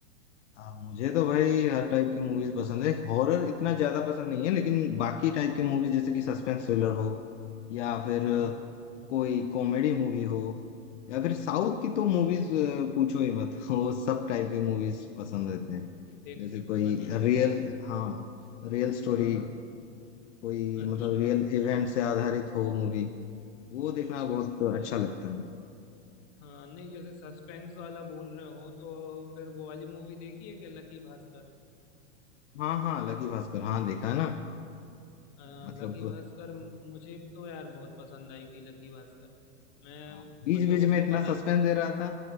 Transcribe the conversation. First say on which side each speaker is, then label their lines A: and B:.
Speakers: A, on the left (about 70°); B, on the left (about 40°).
A: हाँ मुझे तो भाई हर टाइप की मूवीज पसंद है हॉरर इतना ज्यादा पसंद नहीं है लेकिन बाकी टाइप की मूवीज जैसे कि सस्पेंस थ्रिलर हो या फिर
B: हाँ हाँ
A: कोई कॉमेडी मूवी हो या फिर साउथ की तो मूवीज पूछो ही मत <laughs> वो सब टाइप की मूवीज पसंद रहते हैं
B: देखते
A: जैसे
B: हो
A: कोई
B: अच्छा
A: रियल
B: तो
A: हाँ रियल स्टोरी
B: हाँ हाँ
A: कोई
B: अच्छा
A: मतलब रियल इवेंट से आधारित हो मूवी वो देखना बहुत अच्छा
B: अरे
A: लगता है
B: हाँ नहीं जैसे सस्पेंस वाला बोल रहे हो तो फिर वो वाली मूवी देखी है क्या लकी भास्कर
A: हाँ हाँ लकी भास्कर हाँ देखा है ना
B: अ,
A: मतलब
B: लकी भास्कर मुझे तो यार बहुत पसंद आई थी लकी भास्कर मैं
A: हाँ बीच
B: मतलब
A: बीच
B: उसको
A: में इतना
B: पता
A: सस्पेंस
B: नहीं
A: दे रहा था